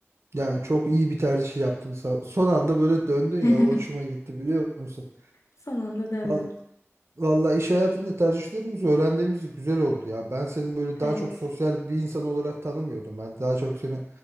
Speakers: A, on the right; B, on the left.
A: yani çok iyi bir tercih yaptın. Sa- Son anda böyle döndün ya
B: <laughs>
A: o hoşuma gitti biliyor musun?
B: Son anda döndüm.
A: Val- Valla iş hayatında tercihlerimizi, öğrendiğimiz güzel oldu ya. Ben senin böyle daha
B: Evet.
A: çok sosyal bir insan olarak tanımıyordum. Ben daha çok seni